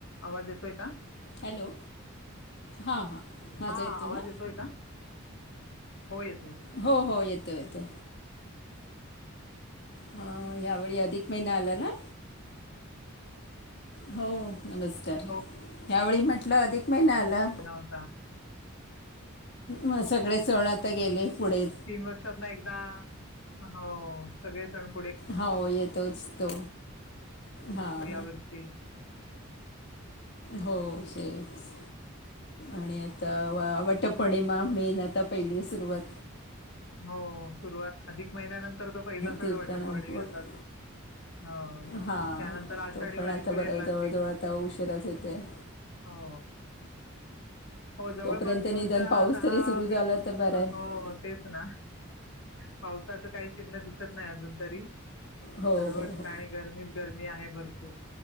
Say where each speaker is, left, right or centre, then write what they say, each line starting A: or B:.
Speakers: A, on the left; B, on the left.
A: आवाज येतोय का
B: हॅलो हां हां माझा
A: हा
B: येतो
A: आवाज
B: ना
A: येतोय का हो येतोय येतो
B: हो हो येतो येतो हा यावेळी अधिक महिना आला ना हो नमस्कार
A: हो
B: यावेळी म्हटलं अधिक महिना आला
A: न होता
B: मग सगळे सण आता गेले पुढे
A: तीन वर्षात ना एकदा हो सगळे सण पुढे
B: हो येतोच तो हां
A: या वर्षी
B: हो सच आणि आता वटपौर्णिमा मेन आता पहिली सुरुवात
A: हो सुरुवात अधिक महिन्यानंतरचा पहिला सण
B: ते
A: वाटत
B: पण आपण-
A: पौर्णिमेचाच हो त्यानंतर
B: हां
A: आषाढी
B: तो पण
A: वारीचे
B: आता बरं
A: वेध लागतील
B: जवळजवळ आता उशिराच येतो आहे
A: हो हो जवळपास
B: तोपर्यंत
A: जूनच्या
B: निदान पाऊस
A: दहा
B: तरी सुरू
A: वीस
B: झाला तर बरं आहे
A: हो तेच ना पावसाचं काही चिन्ह दिसत नाही अजून तरी
B: हो
A: सर्व
B: हो
A: ठिकाणी
B: हो
A: गरमी गरमी आहे भरपूर